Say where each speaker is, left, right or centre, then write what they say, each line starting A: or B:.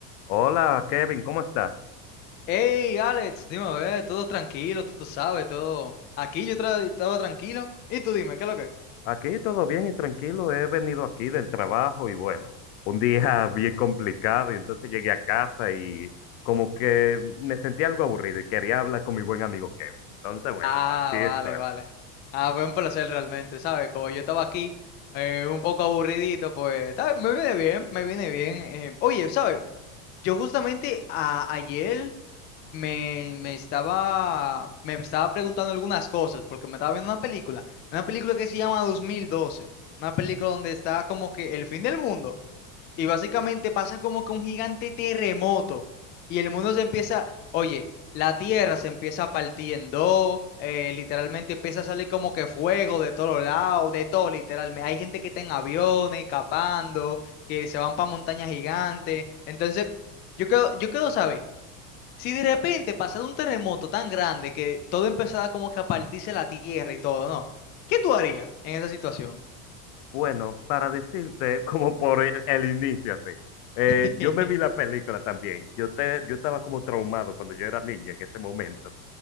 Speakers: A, on the left (about 65°); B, on the left (about 25°).
A: Hola Kevin, ¿cómo estás?
B: Hey, Alex, dime, a ver, todo tranquilo, tú sabes, todo. Aquí yo tra- estaba tranquilo. Y tú dime, ¿qué es lo que?
A: Aquí todo bien y tranquilo. He venido aquí del trabajo y bueno, un día <laughs> bien complicado y entonces llegué a casa y como que me sentí algo aburrido y quería hablar con mi buen amigo Kevin. Entonces, bueno,
B: Ah,
A: aquí estoy.
B: vale, vale. Ah, fue un placer realmente, ¿sabes? Como yo estaba aquí, eh, un poco aburridito, pues está- me viene bien, me viene bien. eh. Oye, ¿sabes? Yo justamente a- ayer me, me estaba, me estaba preguntando algunas cosas, porque me estaba viendo una película, una película que se llama 2012, una película donde está como que el fin del mundo. Y básicamente pasa como que un gigante terremoto y el mundo se empieza, oye, la tierra se empieza a partir en dos, eh, literalmente empieza a salir como que fuego de todos lados, de todo literalmente. Hay gente que está en aviones, escapando, que se van para montañas gigantes. Entonces, yo quiero, yo quiero saber, si de repente pasado un terremoto tan grande que todo empezaba como que a partirse la tierra y todo, ¿no? ¿Qué tú harías en esa situación?
A: Bueno, para decirte, <laughs> como por el, el inicio, así, eh,
B: <laughs>
A: yo me vi la película también. Yo, te, yo estaba como traumado cuando yo era niño en ese momento.